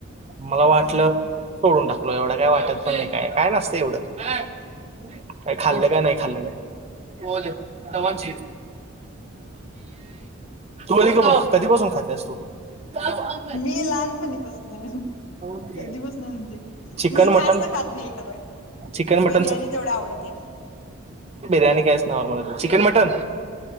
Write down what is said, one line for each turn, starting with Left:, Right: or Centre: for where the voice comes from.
Right: मला वाटलं
Left: हम्म
Right: सोडून टाक. एवढं काय वाटत पण नाही काय काय नसत एवढं काय खाल्लं काय नाही खाल्लं काय. तवाचेच तू बली ग बाची आय कधीपासून खातेस तू दवन
Left: मी लहानपणीपसन
Right: चाहिए
Left: कधी बस ना म्हणजे
Right: चिकन
Left: मी
Right: मटन
Left: जास्त खात नाही खर
Right: चिकन
Left: बिर्याणी
Right: मटन
Left: तेवढ आवडत्या.
Right: बिरणी कायच normal chicken mutton